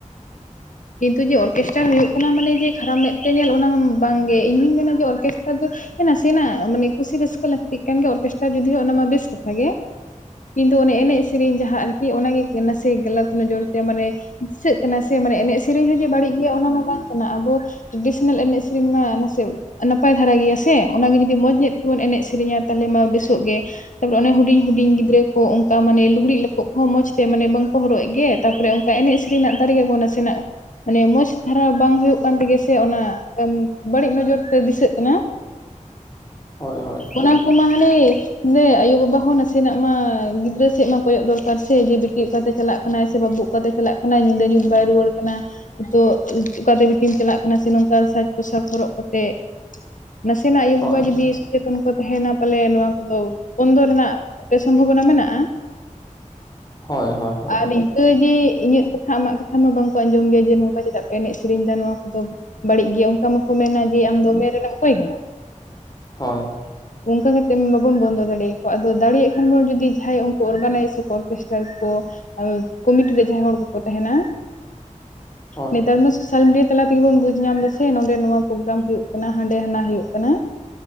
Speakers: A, on the left (about 30°); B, on the left (about 75°).
A: <inaudible>
B: ᱠᱤᱱᱛᱩ ᱡᱮ ᱚᱨᱠᱮᱥᱴᱟᱨ ᱦ ᱦᱩᱭᱩᱜ ᱠᱟᱱᱟ ᱢᱟᱱᱮ ᱡᱮ ᱠᱷᱟᱨᱟᱯ ᱢᱮᱫ ᱛᱮ ᱧᱮᱞ ᱚᱱᱟ ᱢᱟ ᱵᱟᱝᱜᱮ ᱤᱧ ᱦᱚᱩᱧ ᱢᱮᱱᱟ ᱡᱮ ᱚᱨᱠᱮᱥᱴᱟᱨ ᱫᱚ ᱱᱟᱥᱮᱱᱟᱜ ᱢᱟᱱᱮ ᱠᱩᱥᱤ ᱨᱟᱹᱥᱠᱟᱹ ᱞᱟᱹᱠᱛᱤᱜ ᱠᱟᱱ ᱜᱮᱭᱟ ᱚᱨᱠᱮᱥᱴᱟᱨ ᱡᱩᱫᱤ ᱚᱱᱟ ᱢᱟ ᱵᱮᱥ ᱠᱟᱛᱷᱟ ᱜᱮᱭᱟ ᱤᱧᱫᱚ ᱚᱱᱮ ᱮᱱᱮᱡ ᱥᱮᱨᱮᱧ ᱡᱟᱦᱟᱸ ᱟᱨᱠᱤ ᱚᱱᱟᱜᱮ ᱱᱟᱥᱮ ᱜᱟᱞᱟᱛ ᱱᱚ ᱡᱚᱨᱛᱮ ᱢᱟᱱᱮ ᱫᱤᱥᱟᱹᱜ ᱠᱟᱱᱟ ᱥᱮ ᱢᱟᱱᱮ ᱮᱱᱮᱡ ᱥᱮᱨᱮᱧ ᱦᱚᱸ ᱡᱮ ᱵᱟᱹᱲᱤᱡ ᱜᱮᱭᱟ ᱚᱱᱟ ᱢᱟ ᱵᱟᱝ ᱠᱟᱱᱟ ᱟᱵᱚ ᱴᱨᱟᱰᱤᱥᱚᱱᱟᱞ ᱮᱱᱮᱡ ᱥᱮᱨᱮᱧ ᱢᱟ ᱱᱟᱥᱮ ᱱᱟᱯᱟᱭ ᱫᱷᱟᱨᱟ ᱜᱮᱭᱟ ᱥᱮ ᱚᱱᱟᱜᱮ ᱡᱩᱚᱫᱤ ᱢᱚᱸᱡᱽ ᱧᱚᱜ ᱛᱮᱵᱚᱱ ᱮᱱᱮᱡ ᱥᱮᱨᱮᱧᱟ ᱛᱟᱦᱦᱮ ᱢᱟ ᱵᱮᱥᱚᱜ ᱜᱮ ᱛᱟᱯᱚᱨᱮ ᱚᱱᱮ ᱦᱩᱰᱤᱧ ᱦᱩᱰᱤᱧ ᱜᱤᱫᱽᱨᱟᱹ ᱠᱚ ᱚᱱᱠᱟ ᱢᱟᱱᱮ ᱞᱩᱜᱽᱲᱤᱡ ᱞᱟᱯᱚᱜ ᱠᱚᱦᱚᱸ ᱢᱚᱸᱡᱽ ᱛᱮ ᱢᱟᱱᱮ ᱵᱟᱝ ᱦᱚᱨᱚᱜ ᱜᱮ ᱛᱟᱨᱯᱚᱨᱮ ᱚᱱᱠᱟ ᱮᱱᱮᱡ ᱥᱮᱨᱮᱧᱱᱟᱜ ᱫᱟᱲᱮ ᱜᱮᱵᱚ ᱱᱟᱥᱮᱱᱟᱜ ᱢᱟᱱᱮ ᱢᱚᱸᱡᱽ ᱫᱷᱟᱨᱟ ᱵᱟᱝ ᱦᱩᱭᱩᱜ ᱠᱟᱱ ᱛᱮᱜᱮ ᱥᱮ ᱚᱱᱟ ᱵᱟᱹᱲᱤᱡ ᱱᱚᱡᱚᱨ ᱛᱮ ᱫᱤᱥᱟᱹᱜ ᱠᱟᱱᱟ
A: ᱦᱳᱭ ᱦᱳᱭ
B: ᱚᱱᱟ ᱠᱩ ᱢᱟᱦᱟᱱ <unintelligible> ᱫᱮ ᱟᱭᱳ ᱵᱟᱵᱟ ᱦᱚᱸ ᱱᱟᱥᱮᱱᱟᱜ ᱢᱟ ᱜᱤᱫᱽᱨᱟᱹ ᱥᱮᱫ ᱢᱟ ᱠᱚᱭᱚᱜ ᱫᱚᱨᱠᱟᱨ ᱥᱮ ᱡᱮ ᱵᱤᱴᱤ ᱚᱠᱟᱛᱮ ᱪᱟᱞᱟᱜ ᱠᱟᱱᱟᱼᱼ ᱠᱟᱱᱟᱭ ᱥᱮ ᱵᱟᱹᱵᱩᱵ ᱠᱟᱛᱮ ᱪᱟᱞᱟᱜ ᱠᱟᱱᱟᱭ ᱧᱤᱫᱟᱹ ᱧᱩᱛ ᱵᱟᱭ ᱨᱩᱣᱟᱹᱲ ᱠᱟᱱᱟ ᱛᱳ ᱚᱠᱟᱛᱮ ᱵᱤᱴᱤᱢ ᱪᱟᱞᱟᱜ ᱠᱟᱱᱟ ᱥᱮ ᱱᱚᱝᱠᱟ ᱥᱟᱡᱽ ᱯᱳᱥᱟᱠ ᱦᱚᱨᱚᱜ ᱠᱟᱛᱮᱜ ᱱᱟᱥᱮᱱᱟᱜ ᱟᱭᱩᱼᱵᱟᱵᱟ
A: ᱦᱳᱭ
B: ᱡᱩᱫᱤ ᱥᱚᱪᱮᱛᱚᱱ ᱠᱚ ᱛᱟᱦᱮᱱᱟ ᱯᱟᱞᱮ ᱱᱚᱣᱟ ᱵᱚᱱᱫᱚ ᱨᱮᱱᱟᱜ ᱥᱚᱢᱵᱷᱚᱵᱚᱱᱟ ᱢᱮᱱᱟᱜᱼᱟ
A: ᱦᱳᱭ ᱦᱳᱭ ᱦᱳᱭ
B: ᱟᱨ ᱱ ᱭ ᱡᱮ ᱤᱧᱟᱹᱜ ᱠᱟᱛᱷᱟ ᱟᱢᱟᱜ ᱠᱟᱛᱷᱟ ᱢᱟ ᱵᱟᱝᱠᱚ ᱟᱸᱡᱚᱢ ᱜᱮᱭᱟ ᱡᱮ ᱱᱚᱝᱠᱟ ᱪᱮᱫᱟᱜ ᱯᱮ ᱮᱱᱮᱡ ᱥᱮᱨᱮᱧ ᱮᱟ ᱱᱚᱣᱟ ᱠᱚᱫᱚ ᱵᱟᱹᱲᱤᱡ ᱜᱮᱭᱟ ᱚᱱᱠᱟ ᱢᱟᱠᱚ ᱢᱮᱱᱟ ᱡᱮ ᱟᱢ ᱫᱚᱢᱮᱨ ᱨᱮᱱᱢ ᱚᱠᱚᱭ ᱠᱟᱱᱟ
A: ᱦᱳᱭ
B: ᱚᱱᱠᱟ ᱠᱟᱛᱮᱢ ᱵᱚᱱ ᱵᱚᱱᱫᱚ ᱫᱟᱲᱮᱭᱟᱠᱚᱣᱟ ᱟᱫᱚ ᱫᱟᱲᱮᱭᱟᱜ ᱠᱷᱟᱱ ᱵᱚᱱ ᱡᱚᱫᱤ ᱡᱟᱦᱟᱸᱭ ᱩᱱᱠᱩ ᱚᱨᱜᱟᱱᱟᱭᱤᱡᱽ ᱥᱮ ᱚᱨᱠᱮᱥᱴᱟᱨ ᱠᱚ ᱠᱚᱢᱤᱴᱤ ᱨᱮ ᱡᱟᱦᱟᱸᱭ ᱦᱚᱲ ᱠᱚᱠᱚ ᱛᱟᱦᱮᱱᱟ
A: ᱦᱳᱭ
B: ᱱᱮᱛᱟᱨ ᱢᱟ ᱥᱳᱥᱟᱞ ᱢᱤᱰᱤᱭᱟ ᱛᱟᱞᱟ ᱛᱮᱜᱮ ᱵᱚᱱ ᱵᱩᱡᱽ ᱧᱟᱢ ᱮᱟᱥᱮ ᱱᱚᱰᱮ ᱱᱚᱣᱟ ᱯᱨᱳᱜᱨᱟᱢ ᱦᱩᱭᱩᱜ ᱠᱟᱱᱟ ᱦᱟᱸᱰᱮ ᱦᱟᱱᱟ ᱦᱩᱭᱩᱜ ᱠᱟᱱᱟ